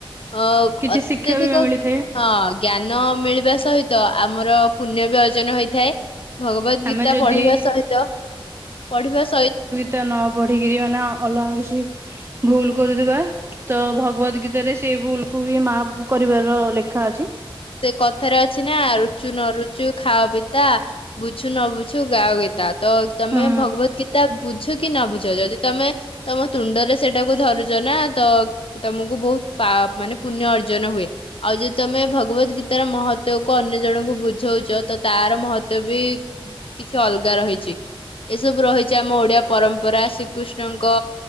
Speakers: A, on the left; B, on the right.
A: ଅ,
B: କିଛି
A: ଅତ୍ୟଧିକ
B: ଶିକ୍ଷା ବି ମିଳିଥାଏ
A: ହଁ ଜ୍ଞାନ ମିଳିବା ସହିତ ଆମର ପୁଣ୍ୟ ବି ଅର୍ଜନ ହେଇଥାଏ। ଭଗବତ
B: ଆମେ
A: ଗୀତା
B: ଯଦି
A: ପଢିବା ସହିତ, ପଢିବା ସହିତ
B: ତ ନ ପଢିକରି ମାନେ ଅଲଗା କିଛି ଭୁଲ କରୁଥିବା। ତ ଭଗବତ ଗୀତାରେ ସେ ଭୁଲକୁ ବି ମାଫ କରିବାର ଲେଖା ଅଛି।
A: ସେ କଥାରେ ଅଛି ନା ରୁଚୁ ନ ରୁଚୁ ଖାଅ ପିତା ବୁ ବୁଝଛୁ ନ ବୁଝଛୁ ଗା ଗୀତା ତମେ
B: ହୁଁ
A: ଭଗବତ ଗୀତା ବୁଝ କି ନ ବୁଝ ଯଦି ତମେ ତମ ତୁଣ୍ଡରେ ସେଟାକୁ ଧରୁଛ ନା ତ ତମକୁ ବହୁତ ମାନେ ପା ପୁଣ୍ୟ ଅର୍ଜନ ହୁଏ ଆଉ ଯଦି ତମେ ଭ ଭଗବତ ଗୀତାର ମହତ୍ବକୁ ଅନ୍ୟ ଜଣଙ୍କୁ ବୁଝଉଛ ତ ତାର ମହତ୍ବ ବି କିଛି ଅଲଗା ରହିଛି ଏସବୁ ରହିଛି ଆମ ଓଡିଆ ପରମ୍ପରା ଶ୍ରୀକୃଷ୍ଣଙ୍କ